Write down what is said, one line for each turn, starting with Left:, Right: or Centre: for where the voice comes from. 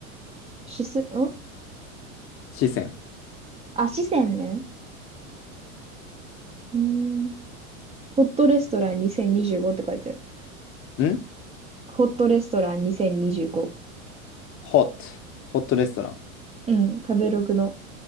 Right: しす、ん
Left: 四川。
Right: あ、四川ね。うーん。ホットレストラン2025って書いてある。
Left: ん
Right: ホットレストラン2025。
Left: ホット。ホットレストラン。
Right: うん、食べログの。